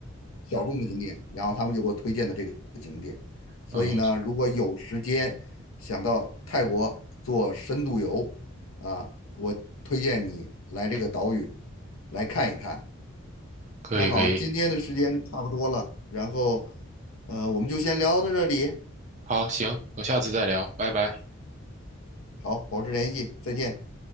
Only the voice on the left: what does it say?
小众的景点，然后他们就给我推荐的这个景点。所以呢，
如果有时间想到泰国做深度游啊，我推荐你来这个岛屿来看一看。
那好，今天的时间差不多了，然后，呃，我们就先聊到这里。
好，保持联系，再见。